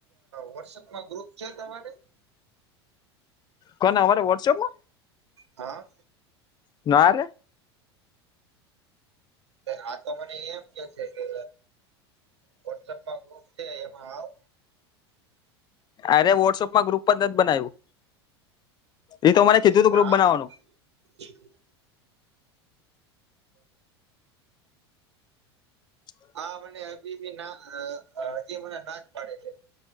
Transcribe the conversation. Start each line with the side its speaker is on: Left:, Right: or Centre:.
Right: વોટસઅપમાં ગ્રુપ છે તમારે
Left: કોને અમા વોટસએપમાં
Right: હા
Left: નારે
Right: આ તો મને એમ કે છે કે વોટસઅપમાં ગ્રુપ છે એમાં આવ
Left: અરે વોટસઅપમાં ગ્રુપ પર જ બનાવ્યું
Right: હ
Left: એ તો મને કીધું તું ગ્રુપ બનાવવાનું <inaudible>
Right: હા મને હજી બી ના હજી મને ના જ પાડે છે